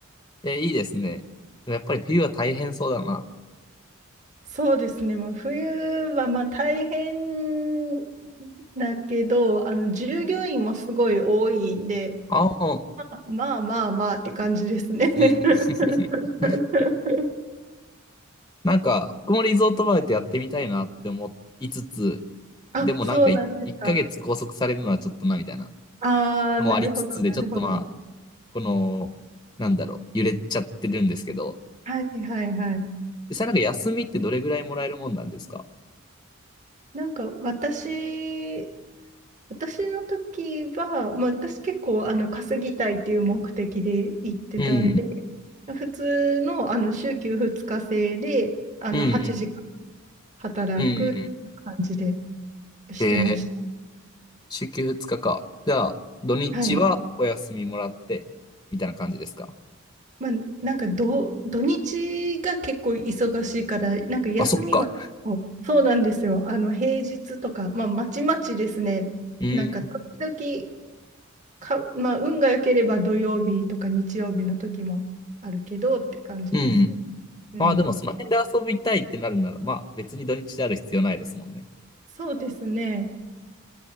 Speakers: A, on the left; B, on the right.
A: えいいですね。やっぱり冬は大変そうだな。
B: そうですね、まあ、冬は、まあ、大変だけど、あの、従業員もすごい多いんで、
A: 青の、
B: まあまあまあまあって感じですね。
A: うん。<laughs>
B: <laughs>
A: なんか、僕もリゾートバイトやってみたいなって思いつつ、
B: あ、
A: でもなんかい1ヶ月拘束されるのはちょっとなみたいな
B: そうなんですか。ああ、
A: のもありつつで、
B: なるほど、なるほど。
A: ちょっとまあ、この、なんだろう、揺れちゃってるんですけど、
B: はいはいはい。
A: 実際なんか休みってどれぐらいもらえるもんなんですか
B: なんか私、私の時は、まあ、私結構あの稼ぎたいっていう目的で行ってたんで、
A: うん、
B: 普通の、あの週休2日制であの8時間
A: うん、
B: 働くって感じで
A: うん。
B: してまし
A: へえ週休2日かか。じゃあ、土日はお休みもらって、
B: た。はい。
A: みたいな感じですか。
B: まあ、なんかど、土日が結構忙しいから、なんか休みは結構、
A: あ、そっか。
B: そうなんですよ。あの、平日とか、まあ、まちまちですね。
A: うーん。
B: なんか、時々か、まあ、運が良ければ土曜日とか日曜日の時もあるけどって感じです。
A: うん。
B: うん。
A: まあでもその辺で遊びたいってなるなら、まあ別に土日である必要ないですもんね。
B: そうですね。